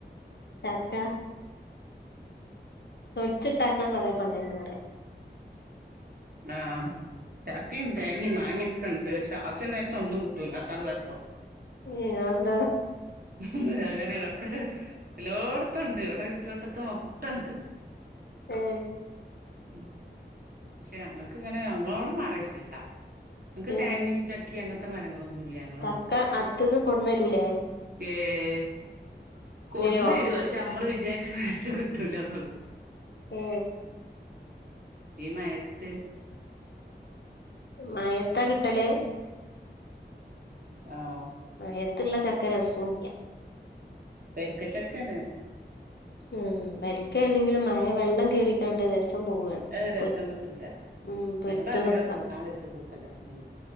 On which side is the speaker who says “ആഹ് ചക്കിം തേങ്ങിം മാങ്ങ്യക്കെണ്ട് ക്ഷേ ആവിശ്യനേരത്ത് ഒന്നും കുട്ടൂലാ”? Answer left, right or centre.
Right